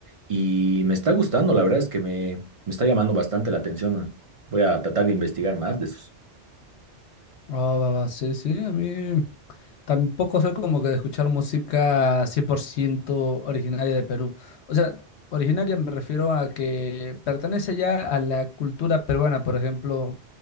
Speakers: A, on the right; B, on the left.
A: y me está gustando, la verdad es que me, me está llamando bastante la atención. Voy a tratar de investigar más de esos.
B: Ah, va, va, sí, sí, a mí tampoco soy como que de escuchar música 100% originaria de Perú. O sea, originaria me refiero a que pertenece ya a la cultura peruana, por ejemplo,